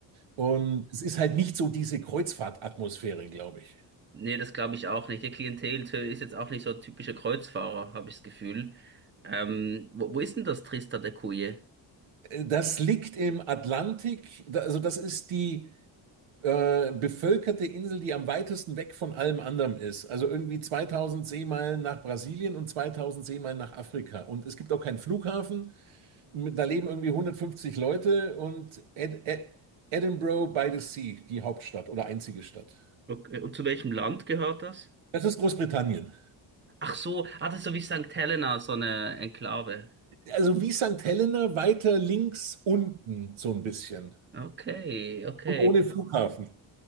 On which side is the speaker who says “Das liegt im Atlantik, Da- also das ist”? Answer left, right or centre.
Right